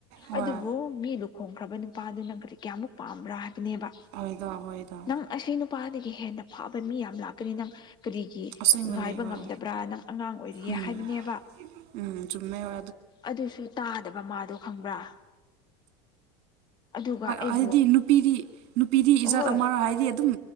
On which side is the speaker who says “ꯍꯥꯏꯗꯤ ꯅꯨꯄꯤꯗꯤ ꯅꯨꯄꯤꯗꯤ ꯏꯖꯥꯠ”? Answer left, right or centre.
Right